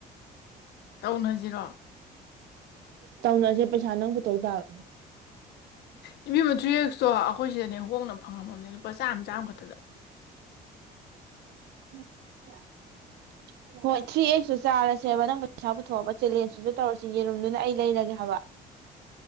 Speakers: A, on the left; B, on the right.
A: ꯇꯧꯅꯁꯤꯔꯣ
B: ꯇꯧꯅꯔꯁꯦ ꯄꯩꯁꯥ ꯅꯪꯕꯨ ꯇꯧ ꯇꯥꯕ
A: ꯅꯨꯄꯤ ꯃꯊ꯭ꯔꯤꯁꯇꯣ ꯑꯩꯈꯣꯏ ꯁꯤꯗꯅꯦ ꯍꯣꯡꯅ ꯐꯪꯉꯝꯃꯝꯅꯦ ꯂꯨꯄꯥ ꯆꯥꯝꯃ ꯆꯥꯃꯈꯛꯇꯗ
B: <unintelligible>
A: <unintelligible>
B: ꯍꯣꯏ ꯊ꯭ꯔꯤ ꯑꯦꯛꯁꯨ ꯆꯥꯔꯁꯦꯕ ꯅꯪ ꯄꯩꯁꯥ ꯄꯨꯊꯣꯛꯑꯕ ꯆꯦꯂꯦꯟꯖꯇꯨꯁꯨ ꯇꯧꯔꯁꯤ ꯌꯦꯔꯨꯝꯗꯨꯅ ꯑꯩ ꯂꯩꯔꯒꯦ ꯍꯥꯏꯕ